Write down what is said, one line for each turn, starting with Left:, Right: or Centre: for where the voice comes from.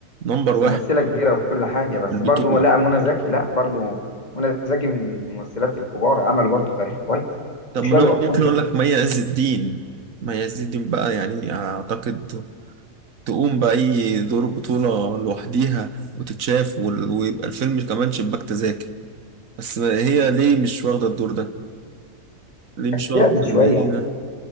Right: نمبر واحد
Left: ممثلة كبيرة وكل حاجة بس
Right: في البطوله
Left: برضو لا منى زكي لا برضو منى زكي من الممثلات الكبار عملوا برضو تاريخ كويس
Right: طب
Left: وشالوا
Right: ما انا ممكن
Left: أفلام لوحدهم
Right: اقول لك مي عز الدين مي عز الدين بقى يعني اعتقد تقوم باي دور بطوله لوحديها وتتشاف وال- ويبقى الفيلم كمان شباك تذاكر بس هي ليه مش واخده الدور ده ليه
Left: بس
Right: مش واخده
Left: بعدت شوية
Right: ان هي